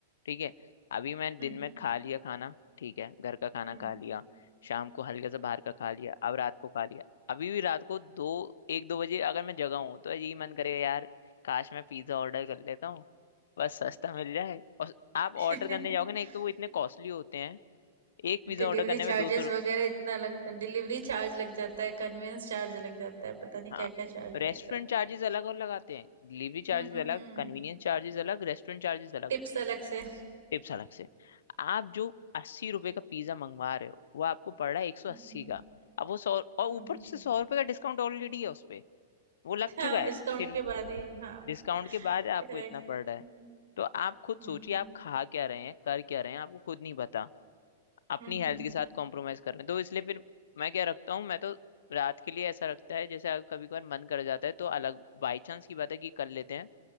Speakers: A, on the left; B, on the right.
A: ठीक है अभी मैं
B: हम्म
A: दिन में खा लिया खाना ठीक है घर का खाना
B: हम्म
A: खा लिया शाम को हल्का सा बाहर का खा लिया अब रात को खा लिया अभी भी रात को दो एक दो बजे अगर मैं जगा हूँ तो यही मन करेगा यार काश मैं पिज्ज़ा ऑर्डर कर लेता हूँ बस सस्ता मिल जाए और आप
B: <laughs>
A: ऑर्डर करने जाओगे ना एक तो वो इतने कॉस्टली होते हैं एक पिज्ज़ा
B: डिलीवरी
A: ऑर्डर करने में
B: चार्जेस
A: दो सौ रुपये।
B: वगैरह इतना लग जाता है डिलीवरी चार्ज लग जाता है कन्वेंस चार्ज लग जाता है पता नहीं
A: हाँ
B: क्या क्या चार्ज
A: रेस्टोरेंट
B: लगता है
A: चार्जेस अलग और लगाते हैं डिलीवरी चार्जेस
B: हम्म हम्म
A: अलग
B: हम्म
A: कन्वीनियंस चार्जेस अलग रेस्टोरेंट चार्जेस अलग
B: टिप्स अलग से
A: टिप्स अलग से आप जो अस्सी रुपए का पिज्जा मंगवा रहे हो वो आपको पड़ रहा है एक सौ
B: हम्म
A: अस्सी का अब वो सौ और ऊपर
B: हम्म हम्म
A: से सौ रुपए का डिस्काउंट ऑलरेडी है उस पे वो लग
B: हाँ
A: चुका है
B: <laughs> डिस्काउंट
A: फिर
B: के बाद ही हाँ
A: डिस्काउंट के बाद
B: करेक्ट
A: आपको इतना पड़
B: हम्म
A: रहा है तो आप खुद
B: हम्म
A: सोचिए आप खा क्या रहे हैं कर क्या रहे हैं आपको खुद नहीं पता अपनी
B: हम्म,
A: हेल्थ के साथ कॉम्प्रोमाइज कर रहे हैं तो इसलिए फिर मैं क्या रखता हूँ मैं तो रात के लिए ऐसा रखता है जैसे कभी कभार मन कर जाता है तो अलग बाई चांस की बात है कि कर लेते हैं